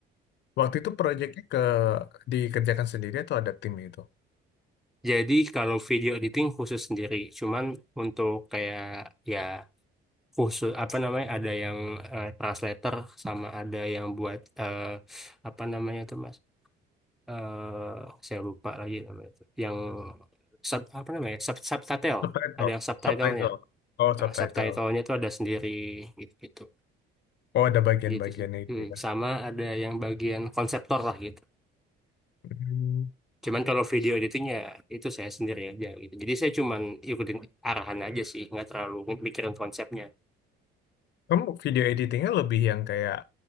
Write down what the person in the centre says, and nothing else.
Jadi kalau video editing khusus sendiri, cuman untuk kayak ya khusus apa namanya ada yang eh, translator sama ada yang buat eh, apa namanya tuh Mas eh saya lupa lagi namanya itu. Yang sub, apa namanya? Sub, subtitle.
Ada yang subtitlenya.
Nah, subtitlenya itu ada sendiri gitu gitu.
Gitu sih. Hmm,
sama ada yang bagian konseptor lah gitu.
Cuman kalau video editingnya itu saya sendiri aja gitu. Jadi saya cuman ikutin arahan aja sih, nggak terlalu mikirin konsepnya.